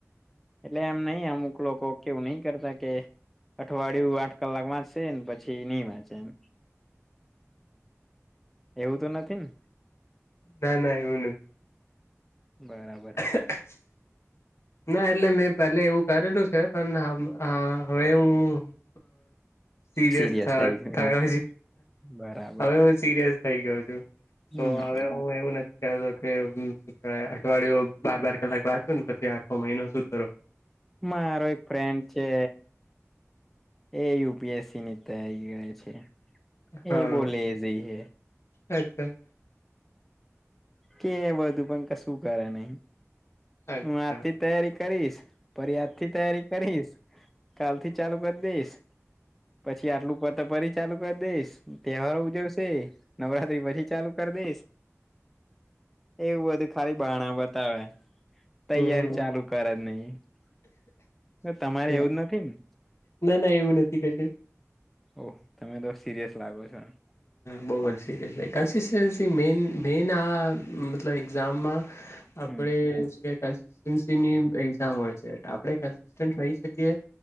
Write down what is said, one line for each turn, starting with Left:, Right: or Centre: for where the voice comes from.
Centre: એટલે એમ નહ અમુક લોકો કેવું નહ કરતા કે. અઠવાડિયું આઠ કલાક વાંચશેને પછી નહી વાંચે એમ. એવું તો નથી ને.
Left: ના ના એવન જ.
Centre: બરાબર.
Left: <inaudible> ના એટલે મેં પહેલે એવું કરેલું છે પણ હવે હું. સિરયસ
Centre: સિરિયસ
Left: થ
Centre: થઈ ગયું.
Left: થયો
Centre: બરાબર
Left: હવે. સિરિયસ થઈ ગયો છું
Centre: હમ
Left: તો હવે. હું એવું નથી કતો કેવાય અઠવાડિયું બાર બાર કલાક બાદ છું ને પછી. છ મહિનો સુ કરો.
Centre: મારો એક ફ્રેન્ડ છે એ યુપીએસસી ની તય ગયા છે
Left: હા
Centre: એ બોલે જઈ હ
Left: અચ્છા
Centre: કે બધું પણ ક શું કરે નહી
Left: અચ્છા
Centre: હું આથી. તૈયારી કરીશ ફરિયાદ થી તૈયારી કરીશ. કાલ થી ચાલુ કરી દઈશ. પછી આટલું પત ફરી ચાલુ કરી દઈશ તહેવારો ઉજવશે નવરાત્રી પછી. ચાલુ કરી દઈશ. એવું બધું ખાલી બાણા બતાવે. તૈયારી
Left: હમ
Centre: ચાલુ કર જ નહી તમારે
Left: હમ
Centre: એવું જ નથી ને
Left: ના ના એવું નથી કજ
Centre: ઓહ તમે તો સિરિયસ લાગો છોને
Left: બહુ જ સીરયસ છે કન્સિસ્ટન્સી મેન મેન આ મતલબ એક્ઝામમાં આપડે
Centre: હમ
Left: કન્સસ્ટન્સીની એક્ઝામ હોય છે આપડણે કન્સિસ્ટન્ટ રહી શકીએ